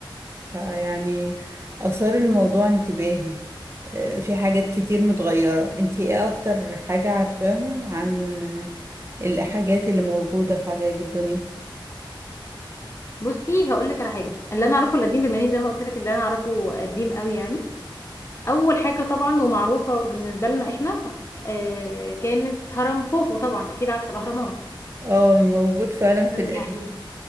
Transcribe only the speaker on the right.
فيعني أثار الموضوع انتباهي آه، في حاجات كتير متغيرة انتي ايه أكتر حاجة عارفاهم عن آه، الحاجات اللي موجودة في عجائب الدنيا
اه موجود فعلا في
القديم